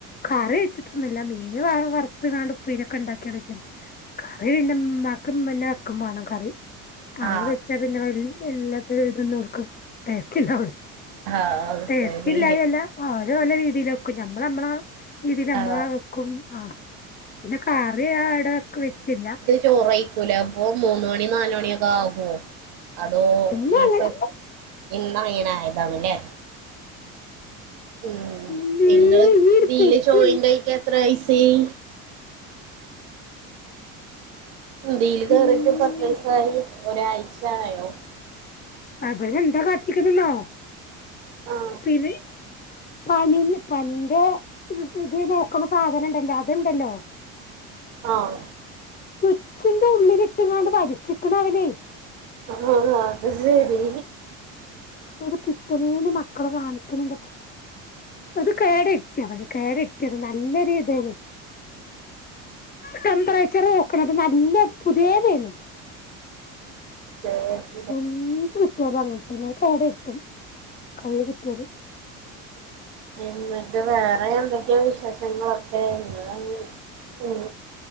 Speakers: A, on the left (about 20°); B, on the right (about 70°).
A: കറി വെച്ചിട്ടൊന്നില്ല മീന് വറുത്തുകാണ്ട് ഉപേരിക്ക്‌ ഇണ്ടാകി വച്ചു കറി പിന്നെ ഉമ്മാക്കും പിന്നെ എനക്കും വേണം കറി കാ
B: ആ
A: വെച്ചാ പിന്നെ എല്ലാത്തിന്നും നോക്കും ടേസ്റ്റ് <unintelligible>
B: ആ അത്
A: ടേസ്റ്റില്ലായില്ല
B: ശരി
A: ഓര് ഓരോ രീതിയില് ക്കും നമ്മള് നമ്മള രീതിൽ നമ്മള
B: ആ
A: വക്കും ആഹ് പിന്നെ കറി ആഹ് ഇടൊക്കെ വെച്ചില്ല
B: ചോറ് കയിക്കൂല അപ്പോ മൂന്ന്‌ മണി നാലുമണിയൊക്കെ ആകുമോ അതോ
A: പിന്നെ
B: ഈ-
A: അങ്ങനെ
B: ഇന്ന്‌ ഇങ്ങനെയായതാണല്ലേ ഉം
A: ഇമ്മേ
B: ഇങ്ങള്
A: ഈ ഒരു
B: ഇതില്
A: കുട്ടി
B: ജോയിന്റാക്കി എത്ര വയസായി? ഇതിൽ
A: എന്താ
B: കേറിയിട്ട് പത്ത് ദിവസായി ഒരാഴ്ചയായോ
A: അവര് എന്താ കാത്തിക്കുന്നന്നോ
B: ആ
A: പിനി- പനി പനിന്റെ ഇത് നോക്കുന്ന സാധനം ഉണ്ടല്ലോ ഇതുണ്ടല്ലോ
B: ആ
A: സ്വിച്ചിന്റെ ഉള്ളിലിട്ടുങ്ങാണ്ട് വലിച്ചിക്കണ് അവന്
B: ആഹ് ആഹ് അത് ശരി
A: ഒരു പിത്തനേന് മക്കള് കാണിക്കുന്നുണ്ട് അത് കേട് ഇട്ടിയ അത് കേട് ഇട്ടിയ നല്ല രീതിയില് റ്റെമ്പറേച്ചർ നോക്കണത് നല്ല പുതിയ താനു
B: ഏഹ്
A: ന്ത്‌ കിട്ടിയാലാണ് കേട്ര്ത്തും കയ് കിട്ടിയാല്
B: എന്നിട്ട് വേറെ എന്തൊക്കെയ വിശേഷങ്ങളൊക്കെ ഇങ്ങള് <unintelligible> ഉം